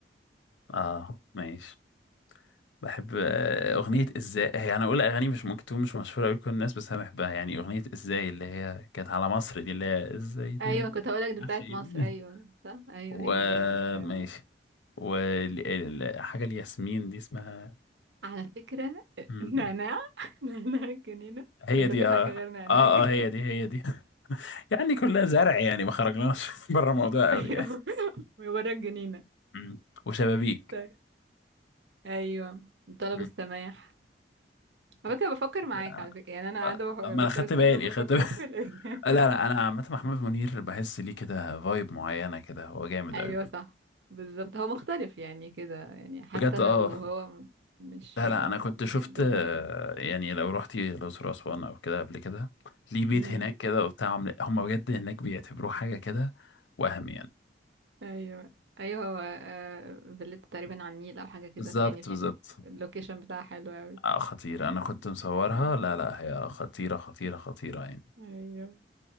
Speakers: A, on the left (about 85°); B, on the right (about 70°).
A: اه ماشي بحب آه، أغنية إزاي هي أنا أقول أغاني مش ممكن تكون مش مشهورة أوي كل الناس بس أنا بحبها يعني أغنية إزاي اللي هي كانت على مصر دي اللي هي إزاي ترد
B: ايوه كنت هقولك دي
A: معرفش
B: بتاعت
A: إيه
B: مصر
A: دي
B: ايوه صح ايوه
A: وماشي
B: هي دي عارفه
A: وحاجة الياسمين دي اسمها
B: على فكره <laughs>
A: مم.
B: نعناع نعناع الجنينه
A: هي
B: ولا
A: دي
B: في
A: اه
B: حاجه غير نعناع
A: اه
B: <laughs>
A: اه هي دي هي دي <laughs> يعني كلها زرع يعني ما خرجناش <laughs> بره الموضوع قوي
B: ايوه
A: يعني
B: وورا الجنينه
A: مم. وشبابيك
B: طيب. ايوه الطلب
A: مم.
B: السماح على فكرة بفكر معاك
A: آه،
B: على فكرة يعني انا قاعدة بف-
A: آه، ما انا
B: بسأل
A: خدت
B: سؤال
A: بالي
B: وبفكر
A: خدت بالي <laughs>
B: في الاجابة <laughs>
A: لا لا انا عامة محمود منير بحس ليه كده فايب معينة كده هو جامد
B: ايوه
A: قوي برضه
B: صح بالظبط هو مختلف يعني كده يعني حتى
A: بجد اه
B: لو هو م- مش
A: لا لا انا كنت
B: ممكن
A: شفت
B: دوكم
A: آه، يعني لو رحتي الاقصر واسوان او كده قبل كده ليه بيت
B: امم
A: هناك كده وبتاع هم بجد هناك بيعتبروه حاجة كده وهم يعني
B: ايوه ايوه هو آه، فيلته تقريبا على النيل او حاجة كده
A: بالظبط
B: يعني
A: بالظبط
B: اللوكيشن بتاعها حلو قوي
A: آه، خطير انا كنت مصورها
B: ايوه
A: لا لا هي خطيرة خطيرة خطيرة يعني
B: ايوه